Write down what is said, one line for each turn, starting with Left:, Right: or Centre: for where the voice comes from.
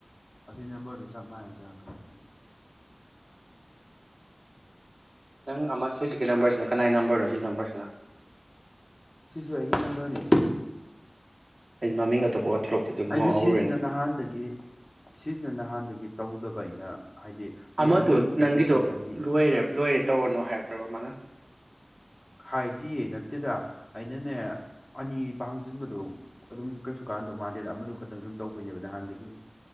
Left: ꯑꯗꯨꯏ ꯅꯝꯕꯔꯗꯨ ꯆꯞ ꯃꯥꯟꯅ ꯆ ꯆꯉꯥꯀꯅꯤ
Right: ꯅꯪ ꯑꯃ ꯁ ꯍꯧꯖꯤꯛꯀꯤ ꯅꯝꯕꯔꯁꯤꯅ ꯀꯅꯥꯏ ꯅꯝꯕꯔꯅꯣ ꯁꯤ ꯅꯝꯕꯔꯁꯤꯅ
Left: ꯁꯤꯁꯨ ꯑꯩꯒꯤ ꯅꯝꯕꯔꯅꯦ
Right: <unintelligible> ꯊꯣꯛꯂꯛꯄꯗꯨ
Left: ꯑꯩꯅ
Right: ꯉꯥꯎꯔꯨꯔꯦꯅꯦ
Left: ꯁꯤꯁꯤꯅ ꯅꯍꯥꯟꯗꯒꯤ ꯁꯤꯁꯤꯅ ꯅꯍꯥꯟꯗꯒꯤ꯫ ꯇꯧꯗꯕ ꯑꯩꯅ꯫ ꯍꯥꯏꯗꯤ ꯑꯦ
Right: ꯑꯃꯗꯨ
Left: ꯈꯛꯇꯪ
Right: ꯅꯪꯒꯤꯗꯨꯣ
Left: ꯂꯣꯏꯁꯤꯟꯒꯦ ꯑꯅꯤ
Right: ꯂꯣꯏꯦꯔꯦ ꯂꯣꯏꯔꯦ ꯇꯧꯔꯅꯨ ꯍꯥꯏꯔꯄ꯭ꯔꯕ ꯃꯥꯅ꯫
Left: ꯍꯥꯏꯗꯤꯌꯦ ꯅꯠꯇꯦꯗ ꯑꯩꯅꯅꯦ ꯑꯅꯤ ꯄꯥꯡꯖꯤꯟꯕꯗꯣ ꯑꯗꯨꯝ ꯀꯩꯁꯨ ꯀꯥꯟꯗꯣ ꯃꯥꯟꯗꯦꯅ ꯑꯃꯗꯨ ꯈꯛꯇꯪ ꯁꯨꯝ ꯇꯧꯕꯩꯅꯦꯕ ꯅꯍꯥꯟꯗꯒꯤ꯫